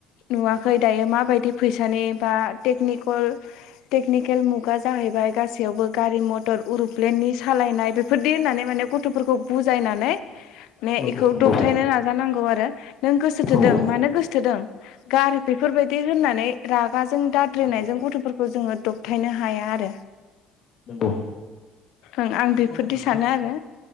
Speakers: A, on the left; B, on the left.
A: नुवा खै दायो माबायदि फैसानि बा टेकनिकल टेकनिकेल मुगा जाहैबाय गासै यावबो गारि मथर उरप्लेननि सालायनाय बेफोरदि होननानै माने गथफोरखौ बुजायनानै ने
B: नंगौ
A: इखौ
B: नंगौ
A: दबथायनो नाजानांगौ आरो नों गोसोथोदों
B: नंगौ
A: मानो गोसोथोदों गार बेफोरबायदि होननानै रागाजों दाद्रिनायजों
B: नंगौ
A: गथफोरखौ जोङो दबथायनो हाया आरो
B: नंगौ।
A: ओं आं
B: नोंगौ
A: बेफोरदि
B: नोंथां
A: सानो आरो